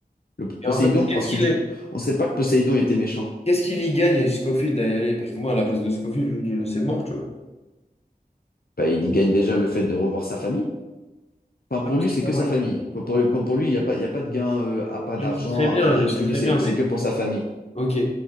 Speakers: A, on the left (about 65°); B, on the left (about 40°).
A: Le
B: Et
A: Poséidon,
B: en fait, qu'est-ce
A: parce
B: qu'il
A: que du coup, on sait pas que Poséidon était méchant.
B: qu'est-ce qu'il y gagne Scofield à y aller? Parce que moi, à la place de Scofield, je me dis, euh, c'est mort, tu vois.
A: Bah, il y gagne déjà le fait de revoir sa famille. Enfin, pour
B: Ah, parce
A: lui,
B: qu'il
A: c'est que
B: a voyé.
A: sa famille. Pour, pour, pour pour lui, il n'y a pas, il y a pas de gain, euh, à pas
B: Je
A: d'argent,
B: sais très bien,
A: à pas de rien
B: je
A: du
B: sais
A: tout.
B: très
A: Lui, c'est
B: bien, mais.
A: c'est que pour sa famille.
B: Ok,